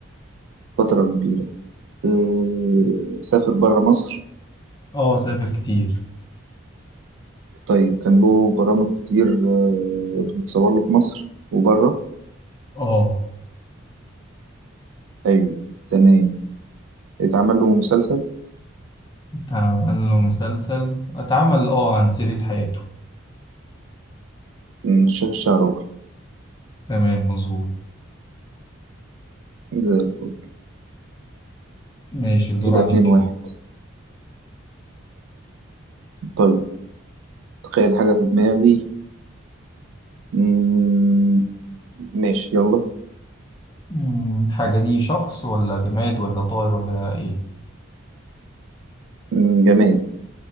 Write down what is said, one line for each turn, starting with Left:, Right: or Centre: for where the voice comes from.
Right: فترة كبيرة أه... سافر برا مصر
Left: اه سافر كتير
Right: طيب كان له برامج كتير آه، بتتصور له في مصر وبره
Left: اه
Right: أيوه تمام اتعمل له مسلسل
Left: أعمل له مسلسل أتعمل أه عن سيرة حياته
Right: مم، الشيخ الشعراوي
Left: تمام مظبوط
Right: زي الفل
Left: ماشي الدور
Right: كده
Left: عليك
Right: اتنين
Left: كده
Right: واحد طيب تخيل حاجة في دماغي مم، ماشي يلا
Left: مم، الحاجة دي شخص ولا جماد ولا طائر ولا إيه؟
Right: مم، جماد